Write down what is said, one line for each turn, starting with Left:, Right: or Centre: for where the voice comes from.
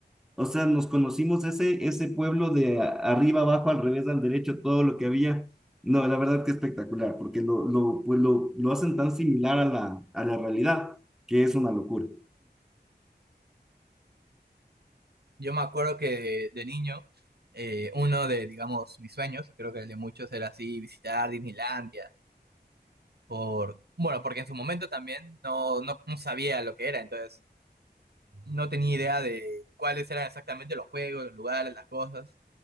Centre: O sea, nos conocimos ese, ese pueblo de a- arriba, abajo, al revés, al derecho, todo lo que había. No, la verdad que espectacular, porque lo, lo, pues lo, lo hacen tan similar a la, a la realidad que es una locura.
Right: yo me acuerdo que de, de niño, eh, uno de, digamos, mis sueños, y creo que el de muchos era así, visitar Disneylandia, por, bueno, porque en su momento también no, no, no sabía lo que era, entonces no tenía idea de cuáles eran exactamente los juegos, los lugares, las cosas.